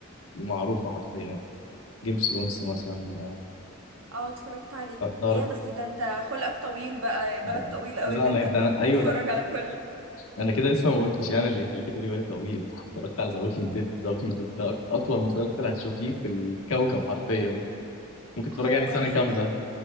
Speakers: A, on the left; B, on the right.
A: المعروفه حرفيا جيم اوف ثرونز مثلا
B: اه اتفرجت عليه
A: دارك
B: يا بس ده انت خلقك طويل بقى
A: لا
B: بالك طويل قوي ان
A: انا
B: انت
A: ده انا ايوه
B: تتفرج
A: ده
B: على كل
A: انا كده لسه ما قلتش يعني اللي يخليك تقولي بالي طويل اتفرجت على ذا ووكينج ديد ذا ووكينج ديد ده أكت- اطول مسلسل هتشوفيه في الكوكب حرفيا ممكن تتفرجي
B: هو
A: عليه سنه
B: ليه
A: كامله